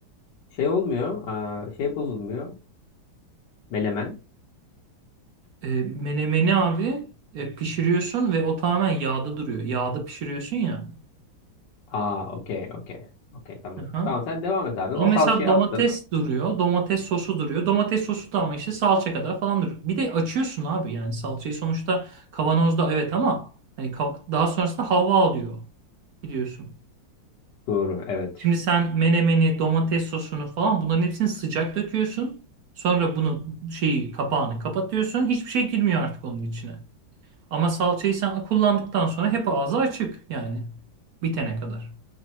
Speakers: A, on the left; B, on the right.
A: şey olmuyor. Aa, şey bozulmuyor. Melemen.
B: E, menemeni abi e, pişiriyorsun ve o tamamen yağda duruyor. Yağda pişiriyorsun ya.
A: Aa okey okey. Okey tamam.
B: Aha.
A: Tamam sen devam et abi.
B: Ama
A: O
B: mesela
A: salçayı
B: domates
A: attın.
B: duruyor. Domates sosu duruyor. Domates sosu da ama işte salça kadar falan duruyor. Bir de açıyorsun abi yani salçayı sonuçta kavanozda evet ama hani kav- daha sonrasında hava alıyor biliyorsun.
A: Doğru evet.
B: Şimdi sen menemeni, domates sosunu falan bunların hepsini sıcak döküyorsun. Sonra bunu şeyi kapağını kapatıyorsun. Hiçbir şey girmiyor artık onun içine. Ama salçayı sen kullandıktan sonra hep ağzı açık yani. Bitene kadar.